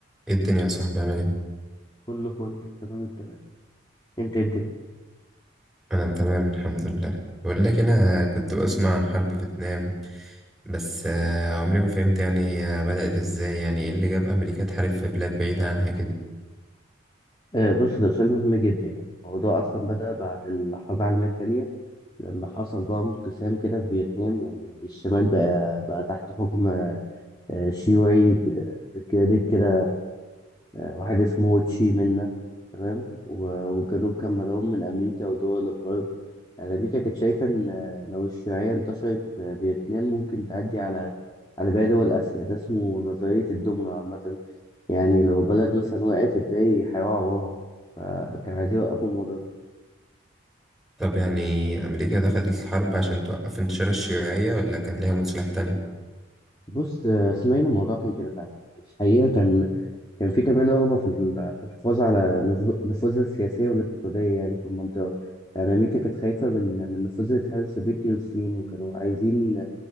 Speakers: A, in the centre; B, on the left (about 20°).
A: ايه الدنيا يا صاحبي عامل ايه؟
B: كله فل تمام التمام انت إيه الدنيا
A: انا تمام الحمد لله بقول لك انا كنت بسمع عن حرب فيتنام بس آه، عمري ما فهمت يعني هي بدأت ازاي يعني ايه اللي جاب امريكا تحارب في بلاد بعيدة عنها كده
B: آه بص ده سؤال مهم جدا يعني الموضوع اصلا بدأ بعد الحرب العالمية التانية لما حصل بقى انقسام كده في فيتنام يعني الشمال بقى بقى تحت حكم آه شيوعي ب- بقيادة كده آه واحد اسمه هو تشي منا تمام و- والجنوب كان مدعوم من امريكا ودول الغرب يعني امريكا كانت شايفة ان آه، لو الشيوعية انتشرت في فيتنام ممكن تعدي على على باقي دول اسيا ده اسمه نظرية الدومينو عامة يعني لو بلد مثلا وقعت الباقي هيقعوا وراها فكان عايزين يوقفوا الموضوع ده
A: طب يعني امريكا دخلت الحرب عشان توقف انتشار الشيوعية ولا كان ليها مصلحة تانية؟
B: بص آه، اسماعيل الموضوع كان كده فعلا الحقيقة كان كان في كمان رغبة في ال- في الحفاظ على نفو- نفوذها السياسية والاقتصادية يعني في المنطقة يعني أمريكا كانت خايفة من من نفوذ الاتحاد السوفيتي والصين وكانوا عايزين